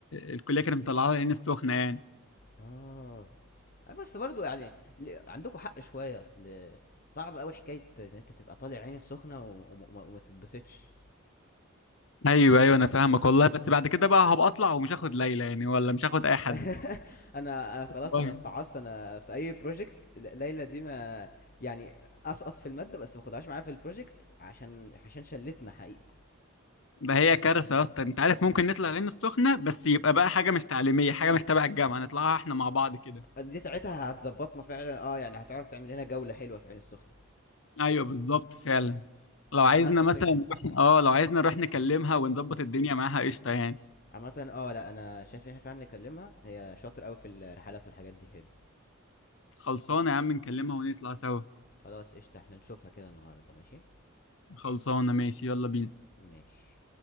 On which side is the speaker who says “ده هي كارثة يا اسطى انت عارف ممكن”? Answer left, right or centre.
Left